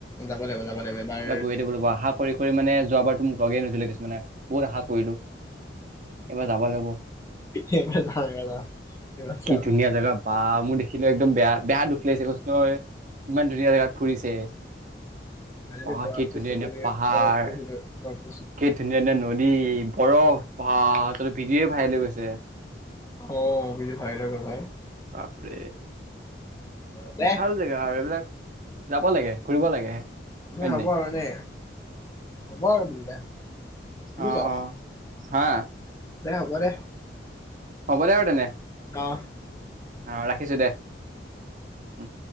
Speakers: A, on the left; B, on the right.
A: যাব লাগিব যাব লাগিব এবাৰ
B: এইবাৰ গৈয়ে দিব লাগিব আশা কৰি কৰি। মানে যোৱা বাৰ তো মোক কোৱাই নাছিলে কিছুমানে। বহুত আশা কৰিলো, এবাৰ যাব লাগিব,
A: এইবাৰ যাম এইবাৰ যাম এইবাৰ
B: কি
A: যাম
B: ধুনীয়া জেগা বা মোৰ দেখিলো একদম বেয়া বেয়া দুখ লাগিছে কৈছো নহয়। ইমান ধুনীয়া জেগাত ফুৰিছে।
A: আনে
B: পাহাৰ
A: বৰক
B: কি ধুনীয়া
A: চল
B: ধুনীয়া পাহাৰ
A: বৰ চ
B: কি ধুনীয়া ধুনীয়া নদী। বৰফ বা তাত ভিডিঅ ভাইৰেল হৈ গৈছে।
A: অ' ভিডিঅ' ভাইৰেল হৈ গ'ল হয়।
B: বাপৰে।
A: অ দে
B: ভাল জেগা আৰু এইবিলাক। যাব লাগে। ফুৰিব লাগে হয়
A: এনে
B: নে
A: হ'ব
B: নাই
A: আৰু এনেই হ'ব আৰু বোলো দে। শুনিছ
B: অ' অ'। হা?
A: দে হব দে।
B: হ'ব দে আৰু তেনে।
A: অ'।
B: অ' ৰাখিছো দে। উম।